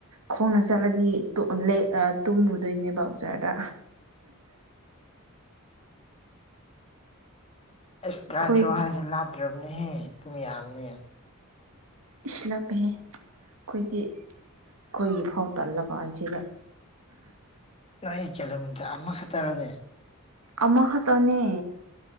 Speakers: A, on the right; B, on the left.
A: ꯈꯣꯡꯅ ꯆꯠꯂꯗꯤ ꯇꯣꯛ ꯂꯩ ꯑꯥ ꯇꯨꯝꯃꯨꯗꯣꯏꯅꯦꯕ ꯑꯥ ꯕꯖꯥꯔꯗ
B: ꯑꯦꯁ
A: ꯑꯩꯈꯣꯏ
B: ꯇ꯭ꯔꯥꯇꯔꯨꯛ ꯍꯥꯏꯁꯤ ꯂꯥꯞ ꯇ꯭ꯔꯕꯅꯦꯍꯦ ꯗꯨꯝ ꯌꯥꯝꯅꯦ
A: ꯏꯁ ꯂꯥꯞꯄꯦꯍꯦ ꯑꯩꯈꯣꯏꯗꯤ ꯑꯩꯈꯣꯏꯒꯤ ꯐꯥꯎ ꯇꯜꯂ ꯀꯥꯟꯁꯤꯗ
B: ꯅꯣꯏ ꯀꯤꯂꯣꯃꯤꯇꯔ ꯑꯃꯈꯛꯇꯔꯥꯅꯦ
A: ꯑꯃ ꯈꯠꯇꯅꯦ